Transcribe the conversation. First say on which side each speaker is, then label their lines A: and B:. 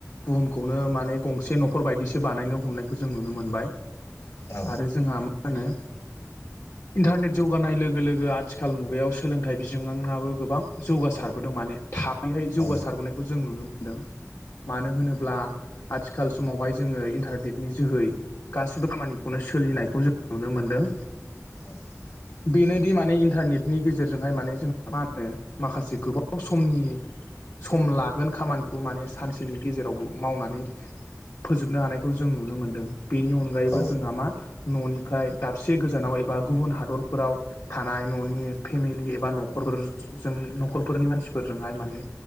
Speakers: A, on the left; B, on the left.
A: बुहुमखौनो माने गंसे न'खर बायदिसो बानायनो हमनायखौ जों नुनो मोनबाय।
B: औ
A: आरो जोंहा मा होनो इन्टारनेट जौगानाय लोगो लोगो आथिखाल मुगायाव सोलोंथाइ बिजोङाबो गोबां जौगासारबोदों मा माने थाबैहाय जौगासारबोनायखौ
B: औ
A: जों नुनो मोन्दों मानो होनोब्ला आथिखाल समावहाय जोङो इन्टारनेटनि जोहै गासिबो खामानि खौनो सोलिनायखौ जों नुनो मोनदों।
B: <inaudible>
A: बेनोदि माने इन्टारनेटनि गेजेरजोंहाय माने जोंहा मा होनो माखासे गोबाव समनि सम लागोन खामानिखौ माने सानसेनि गेजेरावबो मावनानै फोजोबनो हानायखौ जों नुनो मोन्दों बेनि अनगायैबो
B: औ
A: जों न'निफ्राय दाबसे गोजानाव एबा गुबुन हादरफोराव थानाय न'नि फेमिलि बा न'खरफोरजों न'खरफोरनि मानसिफोरजोंहाय माने